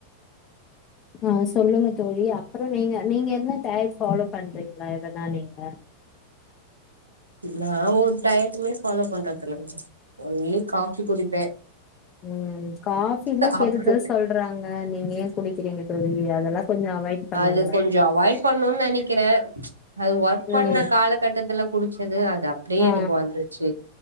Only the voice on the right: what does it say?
நா ஒரு டயட்டுமே ஃபாலோ பண்றதுல்லங்க ஒன்லி காஃபி குடிப்பே
சாப்டுவே
அது கொஞ்சோ அவாய்ட் பண்ணுன் நெனக்கிறே அது ஒர்க் பண்ண
காலக்கட்டத்துல குடிச்ச து அது அப்டியே
எனக்கு வந்துருச்சு